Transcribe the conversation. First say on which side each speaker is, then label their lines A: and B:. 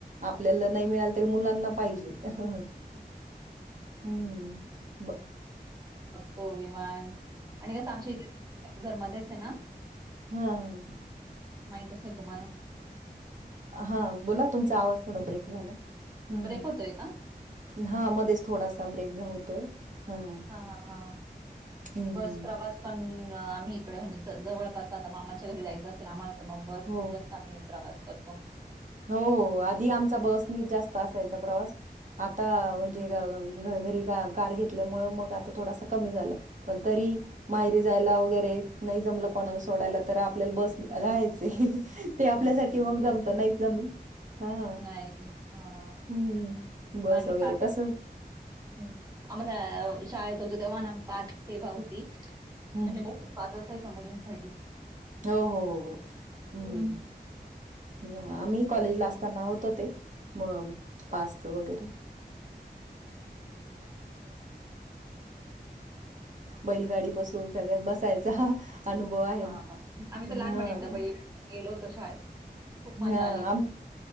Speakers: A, on the right; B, on the right.
A: आपल्याला नाई मिळाल मुलांना पाहिजे. ह
B: हं.
A: हूं ब.
B: तो विमान आणि कसं आमच्या इथेच जर मध्येच हेना
A: हाव
B: माहित असेल तुम्हाला
A: हा बोला, तुमचा आवाज थोडा ब्रेक झाला. हम्
B: ब्रेक होतोय का?
A: हा मध्येच थोडास ब्रेक जा होतोय. हां.
B: हा हा
A: हं,
B: बस
A: हं.
B: प्रवास पण आम्ही इकडे म्हणजे जवळपास आता मामाच्या घरी जायचं असेल आम्हाला त म बसने
A: हो.
B: जास्त आम्ही प्रवास करतो.
A: हो हो आधी आमचा बस नीच जास्त असायचा प्रवास. आता म्हणजे
B: हं.
A: ग अ घरी का कार घेतल्यामुळ मग आता थोडासा कमी झाला पण तरी मायरी जायला वगैरे नाही जमलं कोणाला सोडायला तर आपल्याला बसने राहायच. ते आपल्यासाठी
B: हं.
A: मग
B: जास्त
A: जमत नाही हा
B: नाही. हां.
A: हम्म. बस
B: बाकी
A: वगैरे तस
B: <unintelligible> शाळेत होतो तेव्हाना पास सेवा होती.
A: हम्म
B: म्हणजे मोफच पाद असायचा मुलीं साठी.
A: हो हो हो हम्म
B: हं.
A: ह आम्ही कॉलेजला असताना होतो ते म पास वगैरे बैलगाडी पासून सगळ्यात बसायचा अनुभव आहे
B: हा आम्ही तर
A: ह
B: लहानपणी एकदा ब <unintelligible> गेलो होतो शाळेत. खूप
A: ह
B: मजा आली.